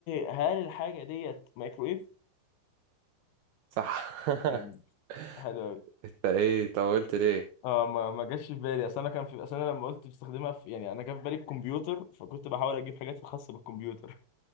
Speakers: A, on the left; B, on the right.
A: هل الحاجة ديت مايكرويف؟
B: صح
A: جامد حلو
B: <laughs> انت ايه طولت ليه
A: اه ما ما جاش في بالي اصل انا كان في اصل انا لما قلت بستخدمها في يعني انا جا في بالي الكمبيوتر فكنت بحاول اجيب حاجات خاصه بالكمبيوتر